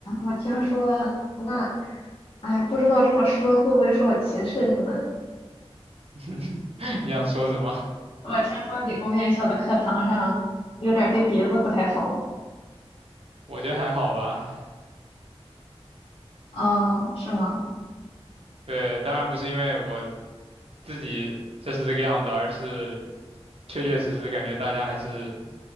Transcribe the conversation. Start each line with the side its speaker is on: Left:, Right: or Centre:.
Left: 我听说，那，哎呀，不知道这么说会不会说我歧视你们？
Right: <laughs> 你想说什么？
Left: 我听说理工院校的课堂上有点儿对鼻子不太好。
Right: 我觉得还好吧。
Left: 哦，是吗？
Right: 对，当然不是因为我自己就是这个样子，而是确确实实感觉大家还是